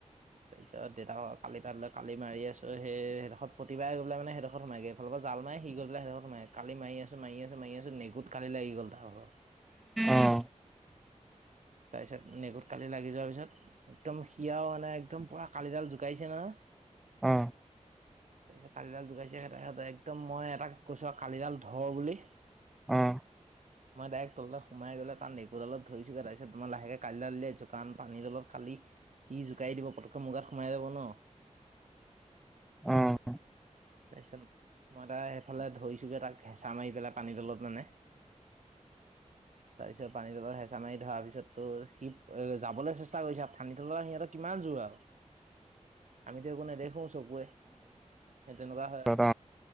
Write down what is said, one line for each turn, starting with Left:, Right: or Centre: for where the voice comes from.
Right: তাৰপিছত দেউতাক কালি তাত লৈ কালি মাৰি আছো সেই সেইদখত প্ৰতিবাৰে গৈ মানে সেইদখত সোমাইগৈ। অলপ জাল মাৰি সি গৈ পেলাই সেইদেখত সুমাইগৈ। কালি জাল মাৰি আছোঁ মাৰি আছোঁ মাৰি আছোঁ, কালি লাগি গ'ল তাৰ ভাগৰ।
Centre: অঁ।
Right: তাৰপিছত নেগুত কালি লাগি যোৱাৰ পিছত একদম সি আও মানে একদম পুৰা কালিডাল জোকাইছে নহয়।
Centre: অহ।
Right: তাৰপিছত কালিডাল যোগাইছে সঁতে সহঁতে একদম মই এটাক কৈছো আৰু কালিডাল ধৰ বুলি।
Centre: অহ।
Right: মই ডাইৰেক্ তলতে সোমাই গলো তাৰ নেগুৰডালত ধৰিছোগৈ তাৰ পিছত পিত লাহেকে কালিডাল উলিয়াই দিছোঁ কাৰণ পানী তলত কালি ই জোকাৰি দিব পতককে মোৰ গাত সোমাই যাব ন।
Centre: অঁ।
Right: তাৰ পিছত মই তাই সেইফালে ধৰিছোগে তাক হেঁচা মাৰি পেলাই পানীৰ তলত মানে। তাৰপিছত পানী তলত হেঁচা মাৰি ধৰা পিছতো সি যাবলৈ চেষ্টা কৰিছে। পানী তলত সিহঁতৰ কিমান জুৰ আৰু, আমিতো একো নেদেখো। চকুৱে। সেই তেনেকুৱা হয় আৰু।
Centre: অ